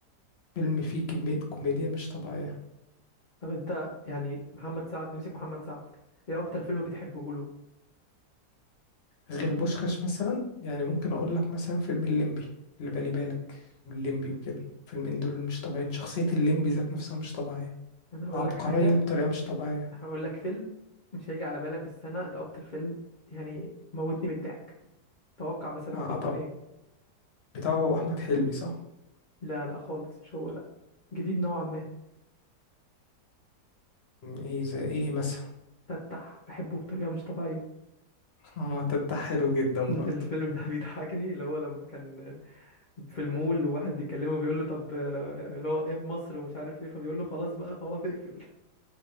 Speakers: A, on the left; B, on the left.
A: فيلم فيه كمية كوميديا مش طبيعية
B: طب أنت يعني محمد سعد نمسك محمد سعد إيه أكتر فيلم بتحبه له؟
A: غير بوشخاش مثلا يعني ممكن اقول لك مثلا فيلم الليمبي اللي بالي بالك والليمبي وكده فيلمين دول مش طبيعيين شخصية الليمبي ذات نفسها مش طبيعية
B: أنا هقول
A: عبقرية
B: لك حاجة
A: بطريقة مش طبيعية
B: هقول لك فيلم مش هيجي على بالك بس أنا ده أكتر فيلم يعني موتني بالضحك توقع مثلا
A: عطاء
B: ممكن يكون إيه؟
A: بتاعه هو أحمد حلمي صح؟
B: لا لا خالص مش هو لا جديد نوعا ما
A: م، ايه زي ايه مثلا
B: تتح بحبه بطريقة مش طبيعية
A: اه تتح حلو جدا
B: <laughs>
A: برضه
B: الفيلم ده بيضحكني اللي هو لما كان في المول وواحد بيكلمه بيقول له طب آه، اللي هو ايه مصر ومش عارف ايه فبيقول له خلاص بقى خلاص اقفل